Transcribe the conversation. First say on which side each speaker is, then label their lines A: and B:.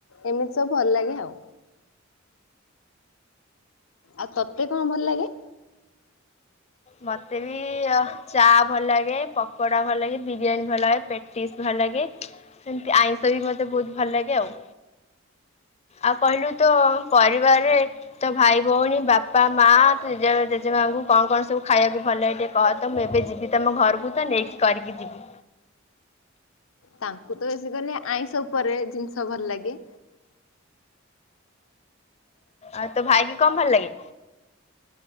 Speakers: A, on the left (about 75°); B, on the left (about 30°).
A: ଏମିତି ସବୁ ଭଲଲାଗେ ଆଉ ଆଉ ତତେ କଣ ଭଲଲାଗେ?
B: ମତେବି ଚା ଭଲଲାଗେ ପକଡା ଭଲଲାଗେବି। ବିରିୟାନୀ ଭଲଲାଗେ ପେଟିସ୍ ଭଲଲାଗେ ସେମତି ଆଇଁଷବି ମତେ ବହୁତ ଭଲଲାଗେ ଆଉ। ଆଉ କହିଲୁ ତୋ ପରିବାରରେ ତୋ ଭାଇ ଭଉଣୀ ବାପା ମା ଜେଜେ ଜେଜେମାଙ୍କୁ କଣ କଣ? ସବୁ ଖାଇବାକୁ ଭଲଲାଗେ ଟିକିଏ କହତ ମୁଁ ଏବେ ଯିବି ତମ ଘରକୁତ ନେଇକି କରିକି ଯିବି।
A: ତାଙ୍କୁତ ବେଶୀ କରିନି ଆଇଁଷ ଉପରେ ଜିନିଷ ଭଲଲାଗେ।
B: ଆଉ ତୋ ଭାଇକିି କଣ ଭଲଲାଗେ?